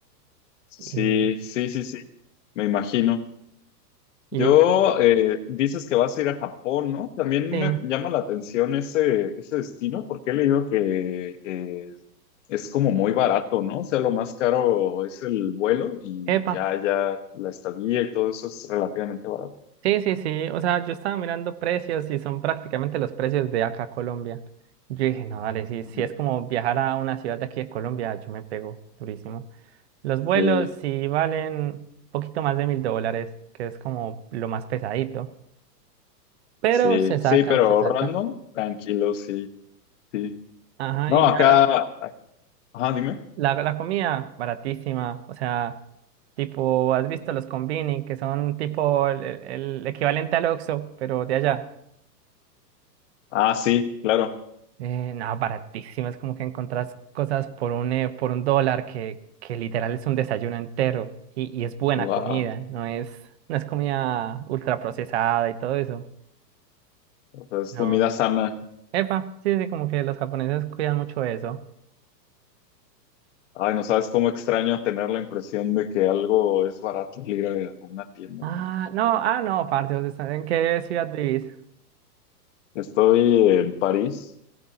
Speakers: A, on the left (about 45°); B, on the right (about 40°).
A: Sí,
B: Y,
A: sí, sí, sí. Me imagino.
B: y
A: Yo, eh, dices que vas a ir a Japón, ¿no? También
B: sí,
A: me llama la atención ese, ese destino porque he leído que eh, es como muy barato, ¿no? O sea, lo más caro es el vuelo y
B: epa.
A: ya, ya la estadía y todo eso es relativamente barato.
B: Sí, sí, sí. O sea, yo estaba mirando precios y son prácticamente los precios de acá, Colombia. Yo dije, no, dale, si,
A: Ujú.
B: si es como viajar a una ciudad de aquí de Colombia, yo me pego durísimo. Los vuelos
A: Sí,
B: sí valen un poquito más de mil dólares, que es como lo más pesadito. Pero
A: sí,
B: se saca,
A: sí, pero
B: se
A: ahorrando,
B: saca.
A: tranquilo, sí, sí.
B: Ajá,
A: No,
B: y
A: acá,
B: ya
A: ajá, dime.
B: la, la comida baratísima. O sea, tipo, ¿has visto los combini, que son tipo el, el- el equivalente al Oxxo, pero de allá?
A: Ah, sí, claro.
B: Eh, no, baratísimo. Es como que encontrás cosas por un, eh, por un dólar que, que literal es un desayuno entero y, y es buena
A: Wow.
B: comida. No es, no es comida ultra procesada y todo eso.
A: O sea, es
B: No.
A: comida sana.
B: Epa, sí, sí, como que los japoneses cuidan mucho eso.
A: Ay, no sabes cómo extraño tener la impresión de que algo es barato al ir a una tienda.
B: Ah, no, ah, no, parte, ¿vos estás- en qué ciudad vivís?
A: Estoy en París,